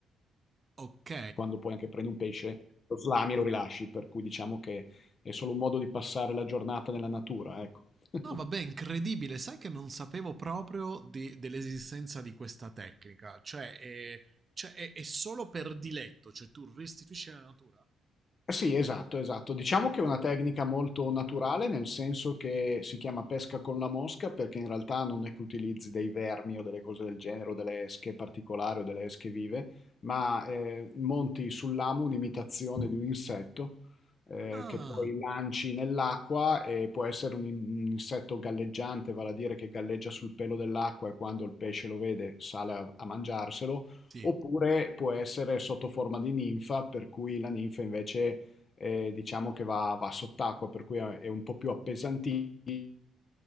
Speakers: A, on the right; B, on the left.
A: ok.
B: quando poi anche prendi un pesce, lo slami e lo rilasci, per cui diciamo che è solo un modo di passare la giornata nella natura, ecco. <laughs>
A: No, vabbè, incredibile. Sai che non sapevo proprio di- dell'esistenza di questa tecnica. Cioè, è, cioè, è- è solo per diletto, cioè tu restituisci la natura?
B: Eh Sì, esatto, esatto. Diciamo che è una tecnica molto naturale, nel senso che si chiama pesca con la mosca, perché in realtà non è che utilizzi dei vermi o delle cose del genere, o delle esche particolari o delle esche vive, ma eh, monti sull'amo un'imitazione di un insetto eh,
A: Ah,
B: che poi lanci nell'acqua e può essere un, un insetto galleggiante, vale a dire che galleggia sul pelo dell'acqua e quando il pesce lo vede sale a a mangiarselo.
A: sì.
B: Oppure può essere sotto forma di ninfa, per cui la ninfa invece eh, diciamo che va, va sott'acqua, per cui è un po' più appesantito